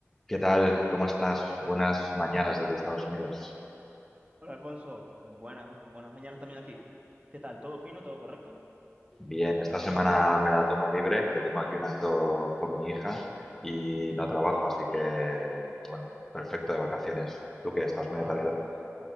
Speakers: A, in the centre; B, on the right.
A: ¿Qué tal? ¿Cómo estás? Buenas mañanas desde Estados Unidos.
B: Hola Alfonso, buenas, buenas mañanas también aquí. ¿Qué tal? ¿Todo fino? ¿Todo correcto?
A: Bien, esta semana me la tomo libre, que tengo aquí un acto con mi hija y no trabajo, así que, bueno, perfecto de vacaciones. Tú que estás
B: Ah,
A: muy atareado.